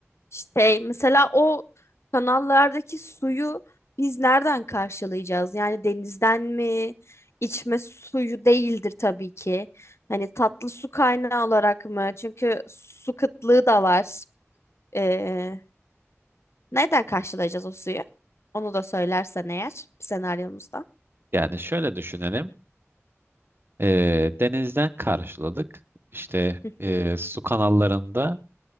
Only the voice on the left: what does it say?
şey. Mesela o kanallardaki suyu biz nereden karşılayacağız? Yani denizden mi? İçme suyu değildir tabii ki. Hani tatlı su kaynağı olarak mı? Çünkü su kıtlığı da var. Ee, nereden karşılayacağız o suyu? Onu da söylersen eğer senaryomuzda.
Hı
hı.